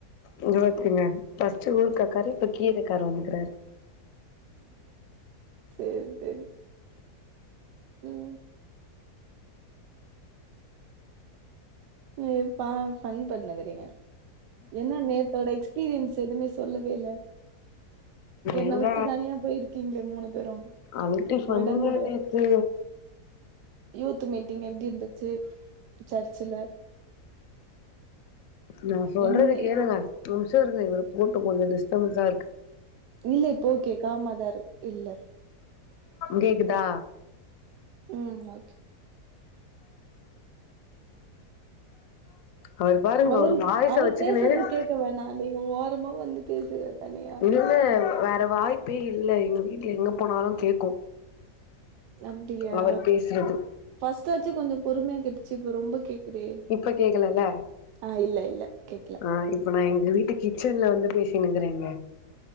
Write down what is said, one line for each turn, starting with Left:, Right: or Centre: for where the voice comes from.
Left: இங்க ஒத்துங்க ஃபஸ்ட் ஊருக்காக்காரு இப்ப கீரக்காரு வந்துக்கறாரு
Right: செரி செரி ம் அய்ப்பா ஃபன் பண்ண வரீங்க என்ன நேத்தோட எக்ஸ்பீரியன்ஸ் எதுவுமே சொல்லவேல என்ன
Left: ஏங்க
Right: விட்டு தனியா போயிருக்கீங்க மூணு பேரும்
Left: அல்டி ஃபன்னுங்க
Right: விட முடியாது
Left: நேத்து
Right: யூத் நெத்து மீட்டிங் எப்டி இருந்துச்சு சர்ச்சுல
Left: நா சொல்றத
Right: என்
Left: கேளுங்க தொ நிமிஷோ இருங்க இத போட்டு கொஞ்சோ டிஸ்டபன்ஸா இருக்கு
Right: இல்ல இப்போ ஓகே காமதர் இல்ல
Left: கேக்குதா
Right: உம் ஓகே
Left: அவரு பாருங்க
Right: அவரு
Left: வாய்ஸ
Right: அவர்
Left: வச்சுக்கினு
Right: பேசுறது கேட்க வேணா நீங்க ஓரமா வந்து பேசுங்க தனியா
Left: இல்ல வேற வாய்ப்பே இல்ல எங்க வீட்டுல எங்க போனாலு கேக்கு
Right: அப்டியா
Left: அவர் பேசுறது
Right: பஸ்ட்டாச்சு கொஞ்சோ பொறுமையா கேட்டுச்சு இப்ப ரொம்ப கேக்குதே
Left: இப்ப கேக்கலல்ல
Right: ஆ இல்ல இல்ல கேக்கல
Left: ஆ இப்ப நா எங்க வீட்டு கிச்சன்ல வந்து பேசினுங்கிறேங்கே